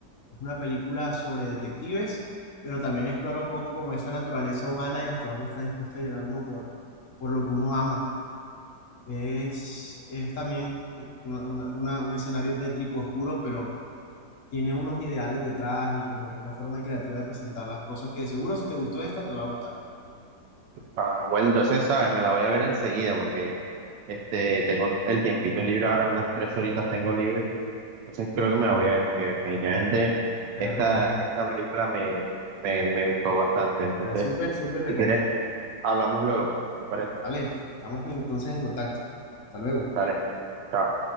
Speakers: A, on the left (about 55°); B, on the right (about 75°).
A: Es una película sobre detectives, pero también explora un poco como esa naturaleza humana y hasta dónde está dispuesto a llegar uno por, por lo que uno ama. Es, es también una- una- una- un escenario tétrico oscuro, pero tiene unos ideales detrás y como que una forma creativa de presentar las cosas que seguro si te gustó esta te va a gustar.
B: Ah, bueno, entonces, sabes, me la voy a ver enseguida porque este, tengo el tiempito libre ahora, unas tres horitas tengo libres. Entonces creo que me la voy a ver porque definitivamente
A: Te
B: esta,
A: la recomiendo.
B: esta película me, me, me gustó bastante. Entonces,
A: Te la súper, súper recomiendo.
B: si quieres, hablamos luego. ¿Te parece?
A: Vale, estamos entonces en contacto. Hasta luego.
B: Dale, chao.